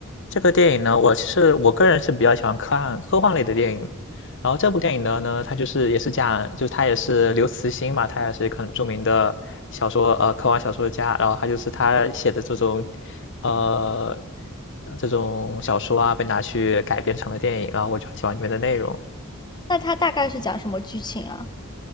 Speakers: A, on the left; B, on the left.
A: 这个电影呢，我其实我个人是比较喜欢科幻科幻类的电影，然后这部电影的呢，它就是也是讲，就是他也是刘慈欣嘛，他也是一个很著名的小说呃科幻小说家，然后他就是他写的这种呃这种小说啊，被拿去改编成了电影，然后我就很喜欢里面的内容。
B: 那它大概是讲什么剧情啊？